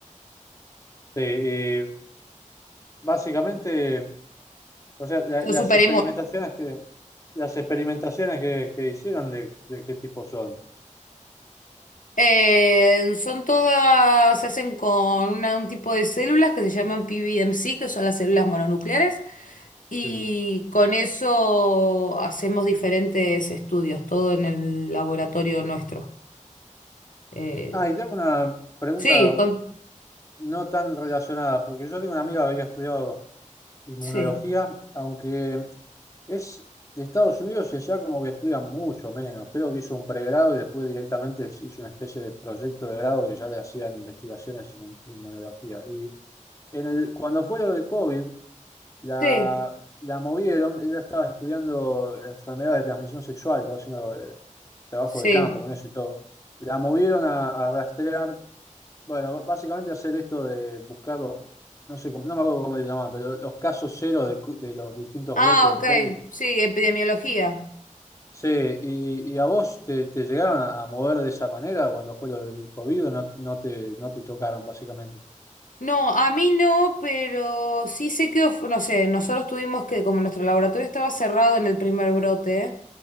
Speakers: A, on the left; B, on the left.
A: Sí, Y básicamente, o sea, la-
B: Son
A: las
B: súper
A: experimentaciones que las experimentaciones que, que hicieron de, de qué tipo son.
B: Eh, son todas, se hacen con una- un tipo de células que se llaman PBMC, que son las células mononucleares, y
A: Sí.
B: con eso hacemos diferentes estudios, todo en el laboratorio nuestro. Eh,
A: Ah, y tengo una pregunta
B: sí, con,
A: no tan relacionada, porque yo tengo una amiga que había estudiado inmunología,
B: sí,
A: aunque es de Estados Unidos y allá como que estudian mucho menos. Creo que hizo un pregrado y después directamente hizo una especie de proyecto de grado que ya le hacían investigaciones en inmun- inmunología. Y en el, cuando fue lo del COVID, la,
B: sí,
A: la movieron, ella estaba estudiando enfermedades de transmisión sexual, estaba haciendo eh, trabajo
B: sí.
A: de campo con eso y todo. La movieron a, a rastrear bueno, básicamente hacer esto de buscar los, no sé, cómo- no me acuerdo cómo se llama pero los casos cero de, cu- de los distintos
B: Ah,
A: brotes del
B: ok,
A: COVID.
B: sí, epidemiología.
A: Sí, y, y a vos te, te llegaron a, a mover de esa manera cuando fue lo del COVID, o no, no te, no te tocaron básicamente.
B: No, a mí no, pero sí sé que, of- no sé, nosotros tuvimos que, como nuestro laboratorio estaba cerrado en el primer brote,